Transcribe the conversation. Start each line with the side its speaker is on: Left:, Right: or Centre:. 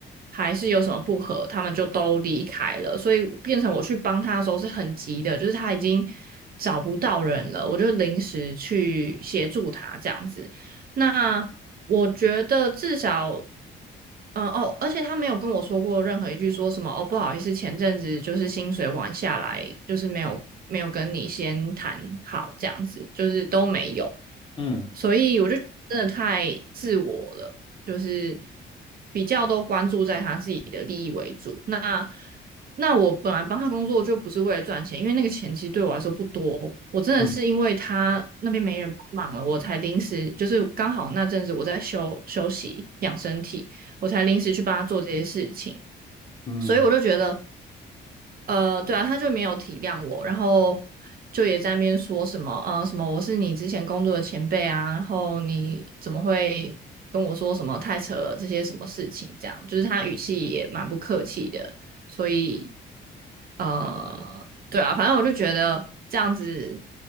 Right: 还是有什么不和，他们就都离开了，所以变成我去帮他的时候是很急的，就是他已经找不到人了，我就临时去协助他这样子。那我觉得至少。嗯哦，而且他没有跟我说过任何一句说什么哦，不好意思，前阵子就是薪水晚下来，就是没有没有跟你先谈好这样子，就是都没有，
Left: 嗯
Right: 所以我就觉得真的太自我了，就是比较都关注在他自己的利益为主。那那我本来帮他工作就不是为了赚钱，因为那个钱其实对我来说不多，我真的是因为他那边没人帮忙了，
Left: 嗯
Right: 我才临时就是刚好那阵子我在休休息养身体。我才临时去帮他做这些事情。
Left: 嗯
Right: 所以我就觉得呃，对啊，他就没有体谅我，然后就也在那边说什么，呃，什么我是你之前工作的前辈啊，然后你怎么会跟我说什么太扯了这些什么事情，这样就是他语气也蛮不客气的，所以呃，对啊，反正我就觉得这样子